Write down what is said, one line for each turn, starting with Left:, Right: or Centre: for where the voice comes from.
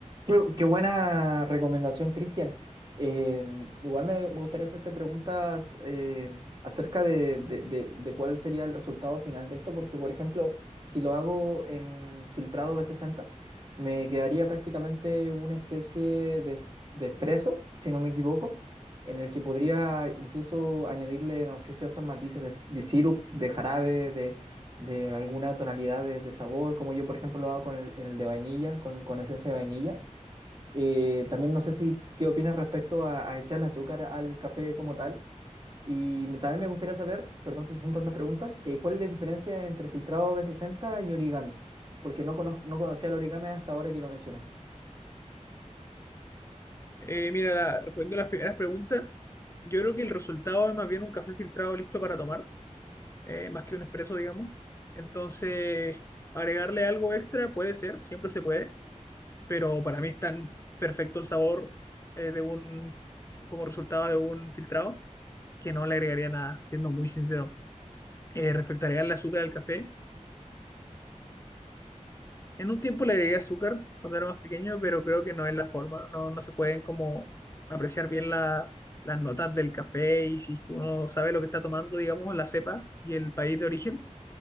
Right: Qué, qué buena recomendación, Cristian. Eh, igual me, me gustaría hacerte preguntas eh, acerca de, de- de- de cuál sería el resultado final de esto, porque, por ejemplo, si lo hago en filtrado b sesenta, me quedaría prácticamente una especie de, ex- de espresso, si no me equivoco, en el que podría incluso añadirle, no sé, ciertos matices de, s- de sirup, de jarabe, de, de alguna tonalidad de, de sabor, como yo, por ejemplo, lo hago con el, el de vainilla, con con esencia de vainilla. Eh, también no sé si qué opinas respecto a, a echarle azúcar al café como tal. Y me- también me gustaría saber, perdón si son tantas preguntas, eh, ¿cuál es la diferencia entre filtrado B60 y origami? Porque no, conoz- no conocía el origami hasta ahora que lo mencionas.
Left: Eh, mira, la- respondiendo a las primeras preguntas, yo creo que el resultado es más bien un café filtrado listo para tomar, eh, más que un expreso, digamos. Entonces, agregarle algo extra puede ser, siempre se puede, pero para mí es tan perfecto el sabor eh, de un, como resultado de un filtrado, que no le agregaría nada, siendo muy sincero. Eh, respecto a agregarle azúcar al café. En un tiempo le agregué azúcar cuando era más pequeño, pero creo que no es la forma. No, no se pueden como apreciar bien la- las notas del café y si es que uno sabe lo que está tomando, digamos, la cepa y el país de origen,